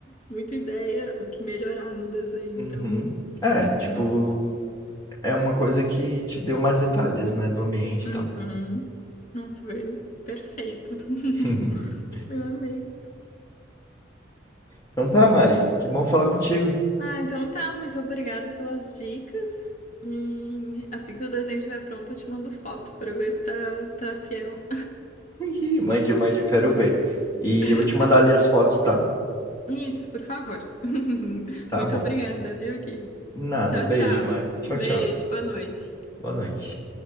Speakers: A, on the left; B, on the left.
A: muita ideia o que melhorar no desenho,
B: Uhum.
A: então,
B: É, tipo,
A: nossa.
B: é uma coisa que te deu mais detalhes, né, do ambiente e
A: Uhum.
B: tal.
A: Nossa, veio perfeito. <laughs>
B: <laughs>
A: Eu amei.
B: Então tá, Mari, que bom falar contigo.
A: Ah, então tá, muito obrigada pelas dicas. E assim que o desenho estiver pronto, eu te mando foto pra ver se tá, tá fiel.
B: <laughs> Ih, Mande, mande, eu quero ver. E
A: <laughs>
B: eu vou te mandar
A: Tá
B: ali
A: bom.
B: as fotos, tá?
A: Isso, por favor. <laughs>
B: Tá
A: Muito
B: bom.
A: obrigada, viu, Gui?
B: Nada,
A: Tchau,
B: beijo,
A: tchau.
B: Mari. Tchau,
A: Beijo,
B: tchau.
A: boa noite.
B: Boa noite.